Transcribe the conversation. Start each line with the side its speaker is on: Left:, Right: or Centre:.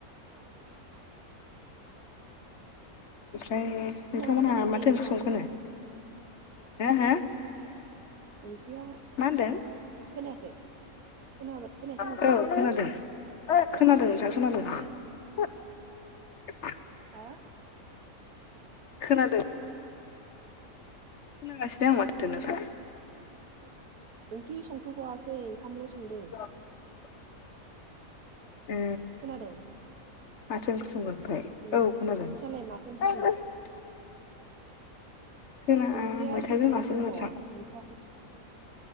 Left: ओमफ्राय नोंथांमोनहा
Right: खोनागोना खोनायाखै
Left: माथो
Right: नोंथां
Left: ओंख्रि संखोनो हो हो।
Right: ओंख्रिया
Left: मा होनदों
Right: खोनायाखै खोनाबाय खोनायाखै
Left: औ
Right: नोंथां
Left: खोनादों खोनादों नोंथां खोनादों।
Right: हेलौ
Left: <unintelligible>
Right: हा
Left: खोनादों खोनागासिनो आं माथो नोंथां।
Right: ओंख्रि संथ'बाववाखै ओंखामल' संदों।
Left: <inaudible> ए
Right: खोनादों
Left: माथो ओंख्रि संगोन। ओमफ्राय
Right: उम
Left: औ खोनादों
Right: नोंसालाय माथो ओंख्रि
Left: <unintelligible>
Right: संगोन
Left: जोंना
Right: ओंख्रिया
Left: मैथाजों
Right: जोगोनार
Left: नासोमोन
Right: दङ
Left: नोंथां
Right: संथआखै।